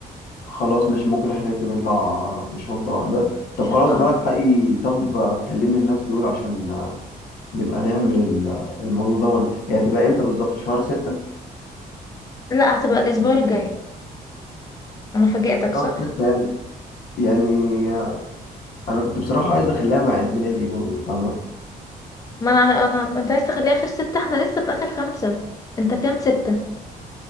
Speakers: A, on the left; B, on the left.
A: خلاص ماشي ممكن احنا الاتنين نطلع بشنطه واحده طب
B: شنطة
A: خلاص بقى
B: واحدة
A: الحقي طب كلمي الناس دول عشان نبقى نعمل ال- الموضوع ده ون- هي هتبقى امتى بالظبط شهر ستة
B: لا هتبقى الاسبوع الجاي انا فاجئتك
A: شهر
B: صح
A: ستة يعني يعني انا كنت بصراحة عايز اخليها مع عيد ميلادي برضو فاهمة
B: ما انا انا انت عايز تخليه اخر ستة احنا لسه في اخر خمسة انت كام ستة